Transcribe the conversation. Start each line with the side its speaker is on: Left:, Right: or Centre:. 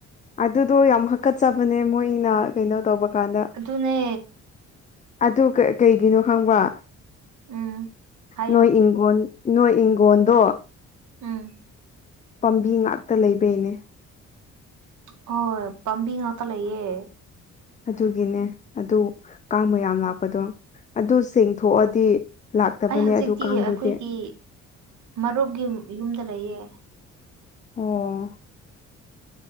Left: ꯑꯗꯨꯗꯣ ꯌꯥꯝ ꯍꯥꯀꯠꯆꯕꯅꯦ ꯃꯣꯏꯅ ꯀꯩꯅꯣ ꯇꯧꯕ ꯀꯥꯟꯗ
Right: ꯑꯗꯨꯅꯦ
Left: ꯑꯗꯨ ꯀꯩꯒꯤꯅꯣ ꯈꯪꯕ꯭ꯔ
Right: ꯎꯝ ꯍꯥꯏꯌꯣ
Left: ꯅꯣꯏ ꯏꯪꯒꯣꯟ ꯅꯣꯏ ꯏꯪꯒꯣꯟꯗꯣ
Right: ꯎꯝ
Left: ꯄꯥꯝꯕꯤ ꯉꯥꯛꯇ ꯂꯩꯕꯩꯅꯦ
Right: ꯍꯣꯢ ꯄꯥꯝꯕꯤ ꯉꯥꯛꯇ ꯂꯩꯌꯦ
Left: ꯑꯗꯨꯒꯤꯅꯦ ꯑꯗꯨ ꯀꯥꯡ ꯃꯌꯥꯝ ꯂꯥꯛꯄꯗꯣ ꯑꯗꯨ ꯁꯦꯡꯊꯣꯛꯑꯗꯤ ꯂꯥꯛꯇꯕꯅꯦ
Right: ꯑꯩ ꯍꯧꯖꯤꯛꯇꯤ
Left: ꯑꯗꯨ ꯀꯥꯡꯗꯨꯗꯤ
Right: ꯑꯈꯣꯏꯒꯤ ꯃꯔꯨꯞꯒꯤ ꯌꯨꯝꯗ ꯂꯩꯌꯦ꯫
Left: ꯑꯣ